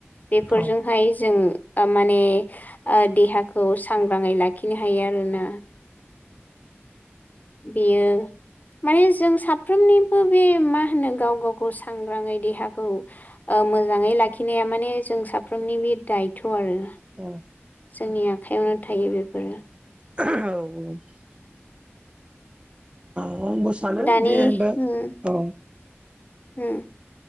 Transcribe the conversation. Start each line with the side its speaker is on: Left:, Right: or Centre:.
Left: बेफोरजोंहाय
Right: औ
Left: जों ओ माने ओ देहाखौ सांग्राङै लाखिनो हायो आरोना बेयो माने जों साफ्रोमनिबो बे मा होनो गाव गावखौ सांग्राङै देहाखौ ओ मोजाङै लाखिनाया माने जों साफ्रोमनि बे दायथ' आरो
Right: <unintelligible>
Left: जोंनि आखाइयावनो थायो बेफोरो।
Right: <unintelligible> औ अ आंबो सानो
Left: दानि
Right: <unintelligible>
Left: उम
Right: औ
Left: उम